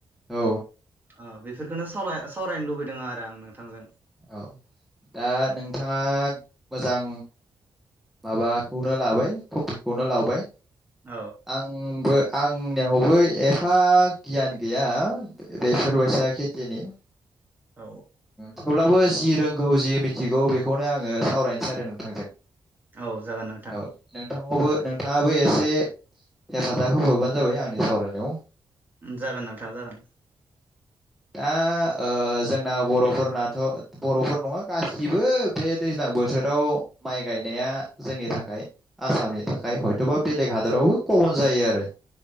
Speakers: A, in the centre; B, on the right (about 20°).
A: औ
B: ओ बेफोर <unintelligible> सावरायनो लुबैदों आरो आं नोंथांजों।
A: औ दा नोंथाङा मोजां। माबाखौनो लाबाय। थपिकखौनो लाबाय।
B: औ
A: आंबो। आंनियावबो एफा गियान गैया। बेफोरबायसा खेथिनि
B: औ
A: थेवब्लाबो जि रों गौ जि मिथिगौ बेखौनो आङो सावरायनोसै आरो नोंथांजों।
B: औ जागोन नोंथां
A: औ नोंथां आवबो नोंथाङाबो एसे हेफाजाब होबोवबानो जाबाय आंनि सावरायनायाव
B: जागोन नोंथां जागोन
A: दा ओ जों ना बर'फोरनाथ' बर'फोर नङा गासिबो बे दैज्लां बोथोराव माइ गायनाया जोंनि थाखाय आसामनि थाखाय हयथ'बा बेलेग हादरावबो कमन जायो आरो